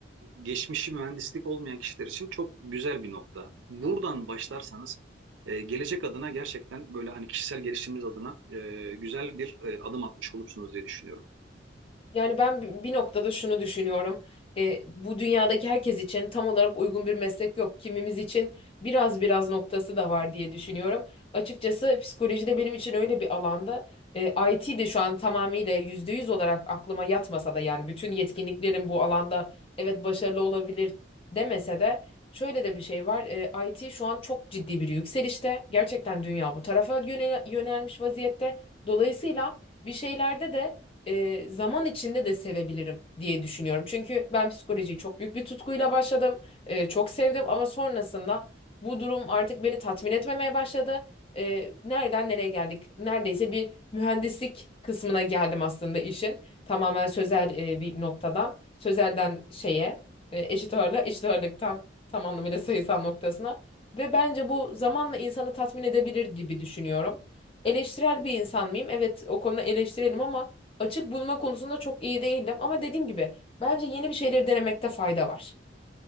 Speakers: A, on the right; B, on the left.
A: geçmişi mühendislik olmayan kişiler için çok güzel bir nokta. Buradan başlarsanız e, gelecek adına gerçekten böyle hani kişisel gelişiminiz adına e, güzel bir e, adım atmış olursunuz diye düşünüyorum.
B: Yani ben bi- bir noktada şunu düşünüyorum. E, bu dünyadaki herkes için tam olarak uygun bir meslek yok. Kimimiz için biraz biraz noktası da var diye düşünüyorum. Açıkçası psikoloji de benim için öyle bir alanda. E, IT de şu an tamamıyla %100 olarak aklıma yatmasa da yani bütün yetkinliklerim bu alanda evet başarılı olabilir demese de şöyle de bir şey var. E, IT şu an çok ciddi bir yükselişte. Gerçekten dünya bu tarafa yöne- yönelmiş vaziyette. Dolayısıyla bir şeylerde de e, zaman içinde de sevebilirim diye düşünüyorum. Çünkü ben psikolojiyi çok büyük bir tutkuyla başladım. E, çok sevdim ama sonrasında bu durum artık beni tatmin etmemeye başladı. E, nereden nereye geldik? Neredeyse bir mühendislik kısmına geldim aslında işin. Tamamen sözel e, bir noktadan. Sözelden şeye, e, eşit ağırlığa, eşit ağırlıktan tam anlamıyla sayısal noktasına. Ve bence bu zamanla insanı tatmin edebilir gibi düşünüyorum. Eleştirel bir insan mıyım? Evet, o konuda eleştirelim ama Açık bulma konusunda çok iyi değildim ama dediğim gibi bence yeni bir şeyleri denemekte fayda var.